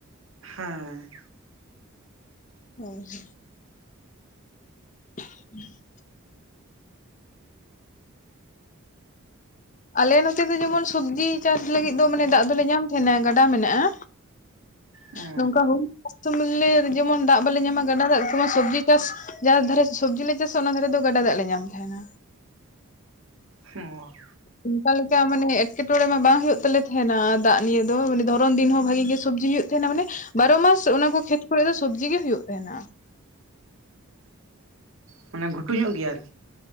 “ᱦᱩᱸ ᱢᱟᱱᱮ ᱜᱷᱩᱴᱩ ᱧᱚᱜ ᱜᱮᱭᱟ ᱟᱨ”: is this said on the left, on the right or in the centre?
Right